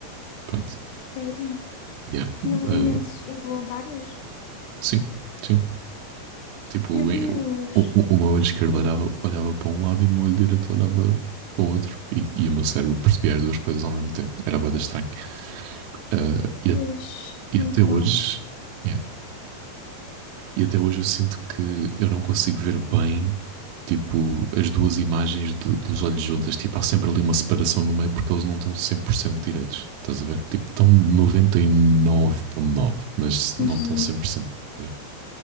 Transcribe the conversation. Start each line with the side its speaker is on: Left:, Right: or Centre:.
Right: Pronto,
Left: Sério?
Right: yeah.
Left: Tinha movimentos
Right: Ah,
Left: involuntários?
Right: sim, sim. Tipo,
Left: Meu Deus.
Right: em- o, o, o meu olho esquerdo olhava, olhava para um lado e o meu olho direito olhava para o outro. E, e o meu cérebro percebia as duas coisas ao mesmo tempo. Era bastante estranho. Ah, e,
Left: Deus.
Right: a- e
Left: Muito
Right: até hoje,
Left: mal.
Right: yeah, e até hoje eu sinto que eu não consigo ver bem, tipo, as duas imagens do- dos olhos juntas. Tipo, há sempre ali uma separação no meio porque eles não estão 100% direitos. Estás a ver? Tipo, estão noventa e nove vírgula nove mas
Left: Uhum.
Right: não estão 100%. estás a ver?